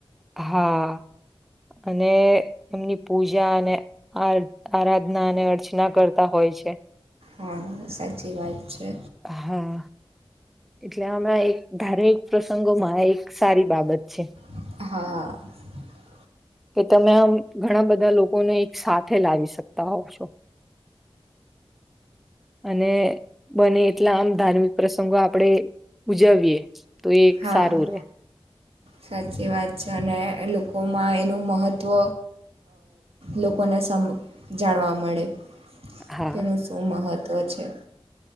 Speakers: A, in the centre; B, on the right.
A: હા અને એમની પૂજા અને આ આરાધના અને અર્ચના કરતા હોય છે
B: હા સાચી વાત છે
A: હા એટલે આણા એક ધારિક પ્રસંગોમાં એક સારી બાબત છે
B: <inaudible>
A: કે તમે આમ ઘણા બધા લોકોને એક સાથે લાવી શકતા હોવ છો <inaudible> અને બને એટલા આમ ધાર્મિક પ્રસંગો આપણેે ઉજવીએ તો એ એક
B: હા
A: સારું રે
B: સાચી વાત છે અને લોકોમાં એનું મહત્ત્વ લોકોને ને સમ જાણવા મળે
A: હા
B: તેનું શું મહત્ત્વ છે